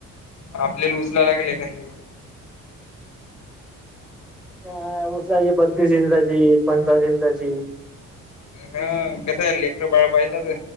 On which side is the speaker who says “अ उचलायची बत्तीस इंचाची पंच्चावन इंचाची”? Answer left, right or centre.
Centre